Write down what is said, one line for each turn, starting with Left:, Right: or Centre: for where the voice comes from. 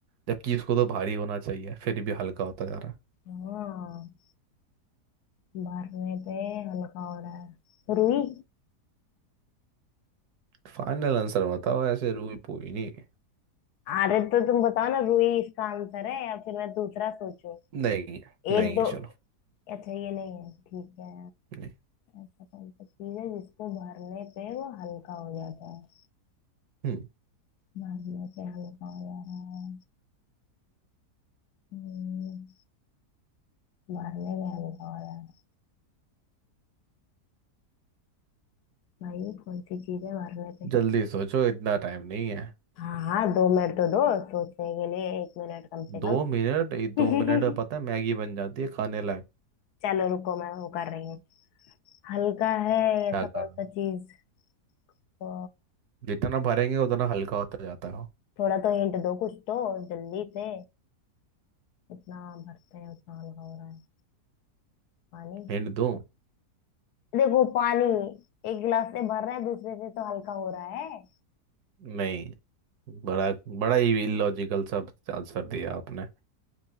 Right: जबकि उसको तो भारी होना चाहिए फिर भी हल्का होता जा रहा
Left: हाँ भरने पे हल्का हो रहा है रुई
Right: है फाइनल आंसर बताओ ऐसे रूई पोई नहीं है।
Left: अरे तो तुम बताओ ना रुई इसका आंसर है या फिर मैं दूसरा सोचूं
Right: नहीं है
Left: एक
Right: नहीं
Left: दो
Right: है चलो
Left: अच्छा ये नहीं है ठीक है
Right: नहीं
Left: ऐसा कौन सा चीज है जिसको भरने पे वो हल्का हो जाता है
Right: हम्म
Left: भरने पे हल्का हो जा रहा है हम्म, भरने पे हल्का हो रहा है भाई कौन सी चीज है मारने पे
Right: जल्दी सोचो इतना टाइम नहीं है
Left: हाँ हाँ दो मिनट तो दो सोचने के लिए एक मिनट कम से
Right: दो मिनट ये
Left: कम
Right: दो मिनट में पता
Left: <laughs>
Right: है मैगी बन जाती है खाने लायक
Left: चलो रुको मैं वो कर रही हूँ हल्का है
Right: क्या
Left: ऐसा
Right: कर
Left: कौन
Right: रहे
Left: सा
Right: हो?
Left: चीज तो
Right: जितना भरेंगे उतना हल्का होता जाता है
Left: थोड़ा तो हिंट दो कुछ तो जल्दी से जितना भरते हैं उतना हल्का हो रहा है पानी
Right: हिंट दूं
Left: देखो पानी एक गिलास से भर रहे हैं दूसरे से तो हल्का हो रहा है
Right: नहीं बड़ा बड़ा ही इलॉजिकल सब आंसर दिया आपने